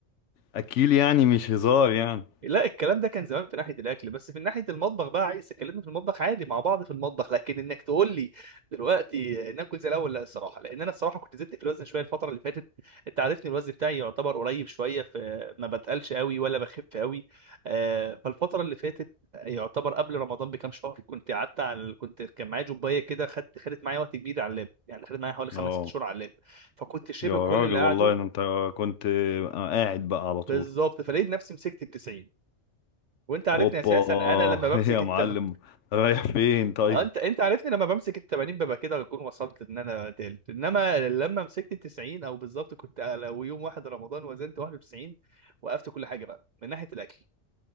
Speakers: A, on the left; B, on the right.
A: اكيل يعني مش هزار يعني
B: لا الكلام ده كان زمان في ناحيه الاكل بس في ناحيه المطبخ بقى عايز اكلمني في المطبخ عادي مع بعض في المطبخ لكن انك تقول لي دلوقتي ناكل زي الاول لا الصراحه لان انا الصراحه كنت زدت في الوزن شويه الفتره اللي فاتت انت عارفني الوزن بتاعي يعتبر قريب شويه في ما بتقلش قوي ولا بخف قوي آه، فالفتره اللي فاتت يعتبر قبل رمضان بكام شهر كنت قعدت على كنت كان معايا جوبايه كده خدت خدت معايا وقت كبير على اللاب يعني خدت معايا حوالي خمس
A: اه
B: ست شهور على اللاب فكنت شبه
A: يا راجل
B: كل اللي
A: والله
B: قعدوا
A: ده انت كنت قاعد بقى على طول
B: بالظبط فلقيت نفسي مسكت ال 90 وانت عارفني
A: اوبا
B: اساسا انا
A: <laughs>
B: لما بمسك
A: يا معلم
B: التمن
A: رايح فين طيب
B: آه، انت انت عارفني لما بمسك ال 80 ببقى كده اكون وصلت ان انا تالت انما لما مسكت ال 90 او بالظبط كنت لو يوم واحد رمضان وزنت 91 وقفت كل حاجه بقى من ناحيه الاكل